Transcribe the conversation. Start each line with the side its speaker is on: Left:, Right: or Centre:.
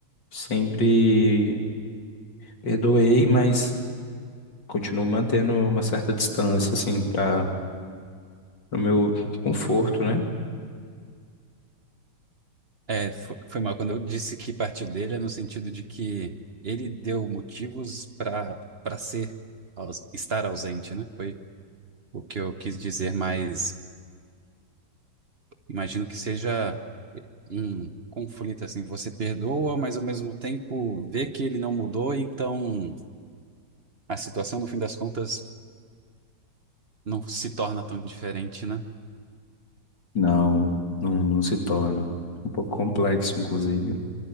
Left: sempre perdoei, mas continuo mantendo uma certa distância, assim, para o meu conforto, né?
Right: É, fo- foi, mal. Quando eu disse que partiu dele, é no sentido de que ele deu motivos para para ser, aus- estar ausente, né? Foi o que eu quis dizer, mas imagino que seja um conflito assim. Você perdoa, mas ao mesmo tempo vê que ele não mudou, então a situação, no fim das contas, não se torna tão diferente, né?
Left: Não, não, não se torna. Um pouco complexo, inclusive.